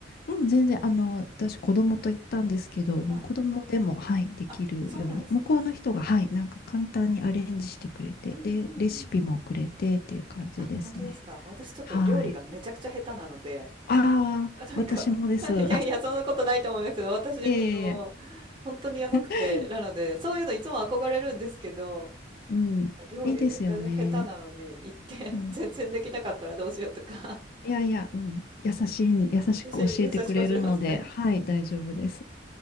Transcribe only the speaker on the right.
はい。
あ、そうなんですね。
あ、
うんうんうん。
あ、本当ですか私ちょっと料理がめちゃくちゃ下手なので、
あなんか、
<laughs>
いやいや、そんなことないと思いますけど、私の子供、
本当にやばくて、
なので、そういうのいつも憧れるんですけど、
なんか料理めっちゃ下手なのに行って
<laughs> 全然できなかったらどうしようとか
<laughs>
私優しく教えますね。